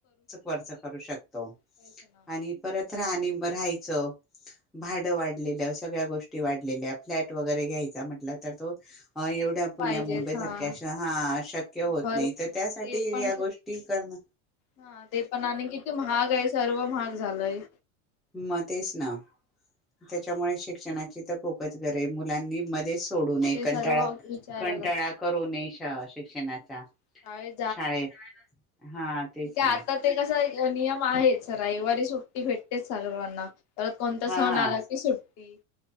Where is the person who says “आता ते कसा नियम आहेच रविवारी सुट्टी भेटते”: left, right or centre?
Left